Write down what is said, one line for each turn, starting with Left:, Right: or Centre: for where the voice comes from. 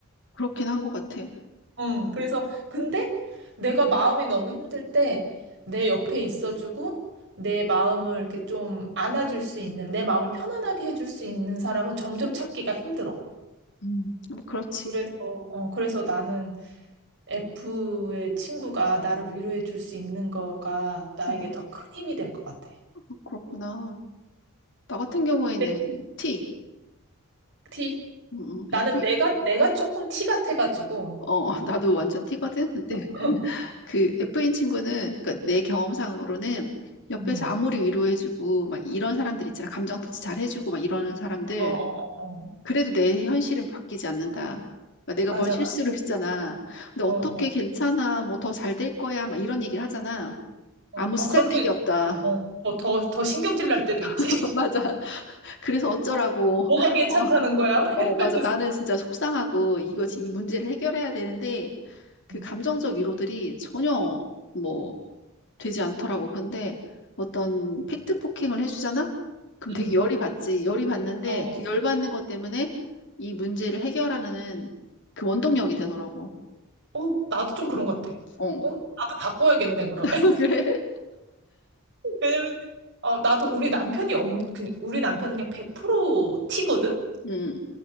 Left: 그렇긴 한 것 같아.
Right: 응, 그래서, 근데 내가 마음이 너무 힘들 때 내 옆에 있어주고 내 마음을 이렇게 좀 안아줄 수 있는, 내 마음을 편안하게 해줄 수 있는 사람은 점점 찾기가 힘들어.
Left: 음, 뭐 그렇지.
Right: 그래서, 어, 그래서 나는 F의 친구가 나를 위로해 줄 수 있는 거가 나에게
Left: 음,
Right: 더 큰 힘이 될 것 같아.
Left: 뭐 그렇구나. 나 같은 경우에는
Right: 네,
Left: T.
Right: T.
Left: 음, 음,
Right: 나는
Left: F.
Right: 내가, 내가 조금 T 같아가지고.
Left: 어, <laughs> 나도 완전 T거든. 근데
Right: 어,
Left: 그 F인 친구는 그러니까 내 경험상으로는 옆에서
Right: 음.
Left: 아무리 위로해주고 막 이런 사람들 있잖아. 감정 터치 잘 해주고 막 이러는 사람들.
Right: 어, 어, 어. 어.
Left: 그래도 내 현실은 바뀌지 않는다. 그러니까 내가
Right: 맞아,
Left: 뭔 실수를
Right: 맞아.
Left: 했잖아. 근데 어떻게
Right: 어, 어,
Left: 괜찮아? 뭐 더 잘 될 거야? 막 이런 얘기를 하잖아.
Right: 어.
Left: 아무
Right: 어,
Left: 쓰잘데기
Right: 그럼 또,
Left: 없다.
Right: 어, 더, 더, 더 신경질 날 때도 있지.
Left: <laughs> 맞아. 그래서 어쩌라고.
Right: 어, 뭐가 괜찮다는
Left: 어.
Right: 거야? 막 이러면서.
Left: 어, 맞아. 나는 진짜 속상하고 이것이 이 문제를 해결해야 되는데 그
Right: 음,
Left: 감정적 위로들이 전혀 뭐 되지 않더라고. 근데 어떤 팩트 폭행을 해주잖아? 그럼
Right: 음.
Left: 되게 열이 받지. 열이 받는데
Right: 어,
Left: 그
Right: 어.
Left: 열 받는 것 때문에 이 문제를 해결하는 그 원동력이 되더라고.
Right: 어, 나도 좀 그런 것 같아.
Left: 어,
Right: 어, 나도 바꿔야겠네, 그러면.
Left: <laughs>
Right: <laughs>
Left: 그래?
Right: 왜냐면, 어, 나도 우리 남편이 엄, 그- 우리 남편은 그냥 100%티거든
Left: 응,